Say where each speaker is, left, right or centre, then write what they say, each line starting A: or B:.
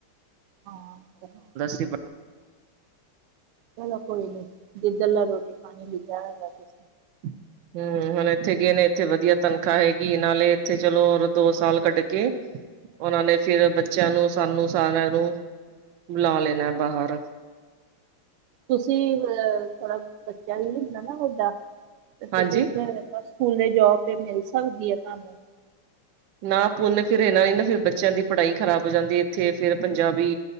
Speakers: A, on the right; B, on the right.
A: ਹਾਂ ਓ ਤਾਂ ਹੈ।
B: ਸੀ
A: ਚਲੋ ਕੋਈ ਨੀ ਜਿੱਧ ਲਾ ਰੋਟੀ ਪਾਣੀ ਲਿਖਿਆ ਹੈਗਾ ਕਿਸ
B: <inaudible> ਹੂੰ ਹੁਣ ਐਥੇ ਗਏ ਨੇ ਏਥੇ ਵਧੀਆ ਤਨਖਾਹ ਹੈਗੀ ਨਾਲੇ ਏਥੇ ਚਲੋ ਔਰ ਦੋ ਸਾਲ ਕੱਢ ਕੇ। ਓਨਾਂ ਨੇ ਫੇਰ ਬੱਚਿਆਂ ਨੂੰ ਸਾਨੂੰ ਸਾਰਿਆਂ ਨੂੰ ਬੁਲਾ ਲੈਣਾ ਬਾਹਰ।
A: ਤੁਸੀਂ ਥੋੜਾ ਬੱਚਾ ਵੀ ਹੁੰਦਾ ਨਾ ਵੱਡਾ ਤੇ
B: ਹਾਂਜੀ
A: ਤੁਸੀ ਇੱਥੇ ਆ ਜਿਆ ਕਰੋ। ਪੂਨੇ ਜੋਬ ਫੇਰ ਮਿਲ ਸਕਦੀ ਏ ਤਾਨੂੰ।
B: ਨਾ ਫੇਰ ਪੂਨੇ ਏਨਾਂ ਈ ਨਾ ਬੱਚਿਆਂ ਦੀ ਪੜ੍ਹਾਈ ਖ਼ਰਾਬ ਹੋ ਜਾਂਦੀ, ਏਥੇ ਫੇਰ ਪੰਜਾਬੀ